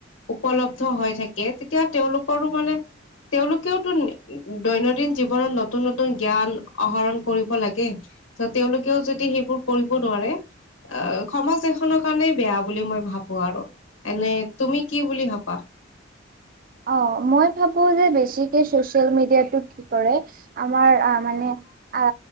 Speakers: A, on the left; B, on the right.
A: উপলব্ধ হৈ থাকে তেতিয়া তেওঁলোকৰো মানে- তেওঁলোকেওতো দৈনন্দিন জীৱনত নতুন নতুন জ্ঞান আহৰণ কৰিব লাগে। ত তেওঁলোকেও যদি সেইবোৰ কৰিব নোৱাৰে? আ সমাজ এখনৰ কাৰণেই বেয়া বুলি মই ভাবো আৰু এনে তুমি কি বুলি ভাবা
B: অ মই ভাবো যে বেছিকে চচিয়েল মিডিয়াটো কি কৰে আমাৰ মানে আ